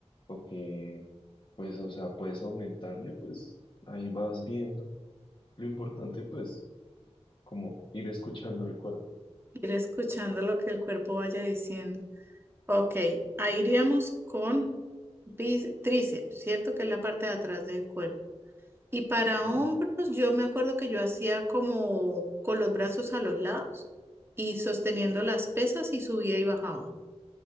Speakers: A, on the left (about 45°); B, on the right (about 20°).
A: o que pues o sea puedes aumentarle, pues ahí vas viendo. Lo importante pues como ir escuchando el cuerpo.
B: Ir escuchando lo que el cuerpo vaya diciendo. Ok, ahí iríamos con bis- tríceps, ¿cierto? Que es la parte de atrás del cuerpo. Y para
A: eh,
B: hombros, yo me acuerdo que yo hacía como con los brazos a los lados y sosteniendo las pesas y subía y bajaba.